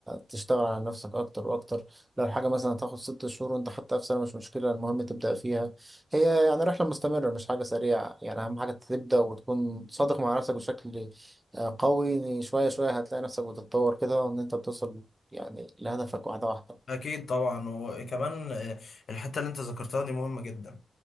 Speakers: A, on the right; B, on the left.
A: تشتغل على نفسك اكتر واكتر لو الحاجة مثلا تاخد ست شهور وانت حتى في سنة مش مشكلة المهم تبدأ فيها هي يعني رحلة مستمرة مش حاجة سريعة يعني أهم حاجة تبدأ وتكون صادق مع نفسك بشكل آه، قوي يعني شوية شوية هتلاقي نفسك بتتطور كده وإن أنت بتوصل يعني لهدفك واحدة واحدة
B: أكيد طبعا وكمان آه، الحتة اللي أنت ذكرتها دي مهمة جدا